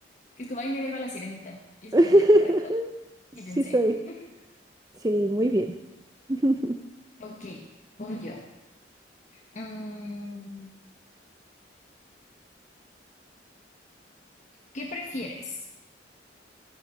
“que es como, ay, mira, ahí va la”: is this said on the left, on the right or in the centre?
Left